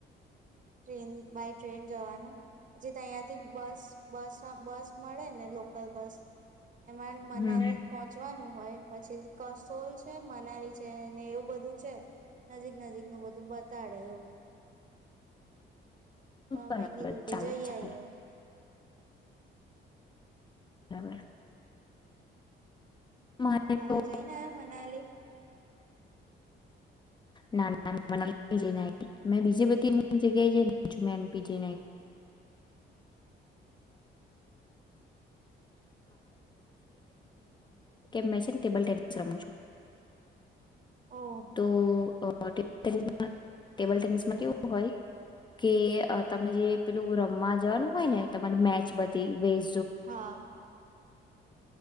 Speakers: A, on the right; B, on the left.
A: ટ્રેન બાય ટ્રેન જવાનું પછી ત્યાં બસ બસ માં બસ મળે ને લોકલ બસ. એમાં મનાલી
B: હમ
A: પહોંચવાનું હોય. પછી કસોલ છે મનાલી છે ને એવું બધું છે નજીક નજીક નું બધું બતાડે એવું. તો અમે
B: બરાબર
A: કીધું કે
B: ચાલે
A: જઈએ
B: ચાલે
A: આએ.
B: બરાબર. મારે
A: તમે
B: તો
A: જઈને આવ મનાલી?
B: ના ના બીજી <unintelligible> કે મેં છે ને ટેબલ તેનીસ રમુ છુ.
A: ઓ.
B: તો ટેબલ ટેનિસ ટેબલ ટેનિસમાં કેવું હોય કે તને જે પેલું રમવા જવાનું હોય ને તમારી મેચ બધી વઝ
A: હા